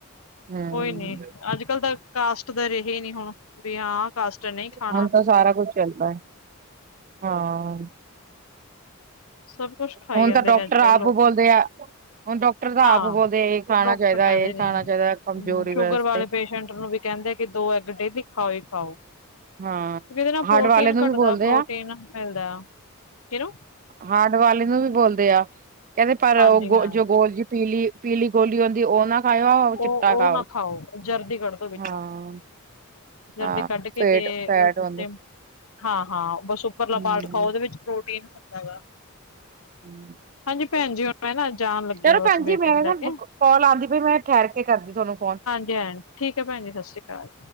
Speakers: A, on the right; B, on the left.
A: ਹੂੰ।
B: ਕੋਈ ਨੀ। ਅੱਜ-ਕੱਲ ਤਾ, ਕਾਸਟ ਦਾ ਰਹੇ ਹੀ ਨੀ ਹੁਣ, ਵੀ ਹਾਂ ਕਾਸਟ ਆ, ਨਹੀਂ ਖਾਣਾ।
A: ਹੁਣ ਤਾਂ ਸਾਰਾ ਕੁੱਛ ਚਲਦਾ ਏ, ਹਾਂ।
B: ਸਭ ਕੁਛ ਖਾਈ
A: ਹੁਣ
B: ਜਾਂਦੇ
A: ਤਾਂ ਡਾਕਟਰ
B: ਨੇ, ਅੱਜ-ਕੱਲ
A: ਆਪ
B: ਲੋਕ।
A: ਬੋਲਦੇ ਆ ਹੁਣ ਡਾਕਟਰ ਤਾਂ
B: ਹਾਂ,
A: ਆਪ ਬੋਲਦੇ ਇਹ ਖਾਣਾ
B: ਡਾਕਟਰ
A: ਚਾਹੀਦਾ
B: ਕਹਿੰਦੇ
A: ਇਹ ਖਾਣਾ
B: ਨੇ,
A: ਚਾਹੀਦਾ ਕਮਜ਼ੋਰੀ
B: ਸ਼ੂਗਰ
A: ਵਾਸਤੇ
B: ਵਾਲੇ ਪੇਸ਼ ਇੰਟ ਨੂੰ ਵੀ ਕਹਿੰਦੇ, ਕਿ ਦੋ ਐਗ ਡੇਲੀ ਖਾਓ ਈ ਖਾਓ। ਕਿਉਕਿ
A: ਹਾਂ
B: ਇਹਦੇ ਨਾਲ
A: ਹਾਰਟ
B: ਪ੍ਰੋਟੀਨ
A: ਵਾਲੇ ਨੂੰ
B: ਘੱਟਦਾ,
A: ਵੀ ਬੋਲਦੇ
B: ਪ੍ਰੋਟੀਨ
A: ਆ
B: ਮਿਲਦਾ, ਕਿਹਨੂੰ?
A: ਹਾਰਡ ਵਾਲੇ ਨੂੰ ਵੀ ਬੋਲਦੇ ਆ, ਕਹਿੰਦੇ ਪਰ
B: ਹਾਂਜੀ
A: ਉਹ
B: ਹਾਂ
A: ਜੋ ਗੋਲ ਜੀ ਪੀਲੀ ਪੀਲੀ ਗੋਲੀ ਹੁੰਦੀ ਉਹ ਨਾ ਖਾਇਓ, ਆ
B: ਉਹ
A: ਚਿੱਟਾ ਖਾਓ,
B: ਉਹ ਨਾ ਜਰਦੀ ਕੱਢ ਦੋ ਵਿੱਚੋਂ
A: ਹਾਂ।
B: ਜਰਦੀ
A: ਹਾਂ
B: ਕੱਢਕੇ
A: ਫੇਟ
B: ਤੇ,
A: ਫੈਟ
B: ਬਸ
A: ਹੁੰਦੀ
B: ਉੇ ਹਾਂ-ਹਾਂ, ਬਸ ਉੱਪਰਲਾ
A: ਹਮ
B: ਪਾਰਟ ਖਾਓ ਉਹਦੇ ਵਿੱਚ ਪ੍ਰੋਟੀਨ ਹੁੰਦਾ ਗਾ।
A: ਹੂੰ
B: ਹਾਂਜੀ ਭੈਣ ਜੀ ਹੁਣ ਮੈਂ ਨਾ ਜਾਣ ਲੱਗੀ
A: ਚਲੋ
B: ਆ ਬਸ
A: ਭੈਣ
B: ਬੇਟੀ
A: ਜੀ ਮੈਂ
B: ਨੂੰ
A: ਨਾ,
B: ਲੈ ਕੇ
A: ਕੌਲ ਆਂਦੀ ਪਈ, ਮੈਂ ਠਹਿਰ ਕੇ ਕਰਦੀ ਤੁਹਾਨੂੰ ਫੋਨ।
B: ਜੈਨ, ਠੀਕ ਐ ਭੈਣ ਜੀ, ਸਤਿ ਸ਼੍ਰੀ ਅਕਾਲ।